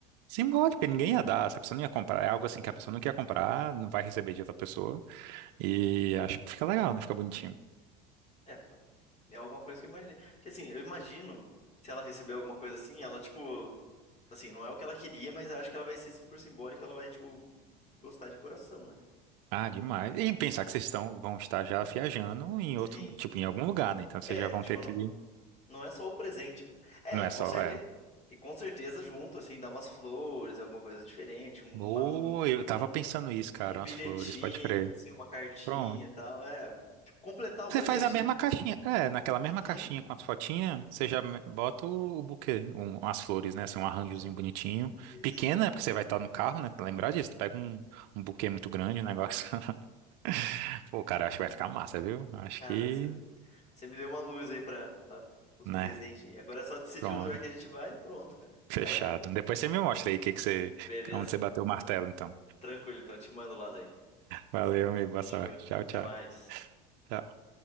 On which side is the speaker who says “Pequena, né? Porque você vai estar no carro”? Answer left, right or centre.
Right